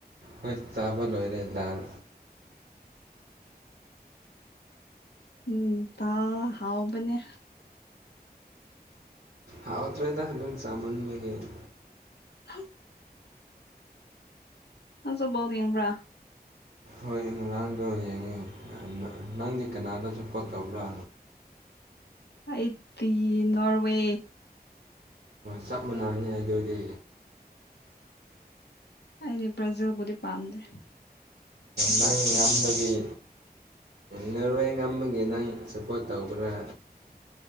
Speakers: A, on the right; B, on the left.
A: ꯍꯣꯏ ꯆꯥꯕ ꯂꯣꯏꯔꯦ ꯂꯥꯜ
B: ꯎꯝ ꯗꯥ ꯍꯥꯎꯕꯅꯦ
A: ꯍꯥꯎꯠꯇ꯭ꯔꯦꯗ ꯑꯗꯨꯝ ꯆꯥꯝꯃꯟꯕꯒꯤ ꯑꯩ
B: <unintelligible> ꯅꯪꯁꯨ ꯕꯣꯜ ꯌꯦꯡꯕꯔꯥ
A: ꯍꯣꯏ ꯔꫭꯅꯥꯜꯗꫭ ꯌꯦꯡꯉꯦ ꯅꯪꯗꯤ ꯀꯅꯥꯗ ꯁꯥꯞꯄꯣꯠ ꯇꯧꯕ꯭ꯔꯥ
B: ꯑꯩꯗꯤ ꯅꯣꯔꯋꯦ
A: ꯆꯞ ꯃꯥꯟꯅꯅꯤ ꯑꯗꯨꯗꯤ
B: ꯑꯩꯗꯤ ꯕ꯭ꯔꯖꯤꯜꯕꯨꯗꯤ ꯄꯥꯝꯗꯦ
A: ꯅꯪ ꯉꯝꯕꯒꯤ ꯅꯔꯋꯦ ꯉꯝꯕꯒꯤ ꯅꯪ ꯁꯞꯄꯣꯔꯠ ꯇꯧꯕ꯭ꯔꯥ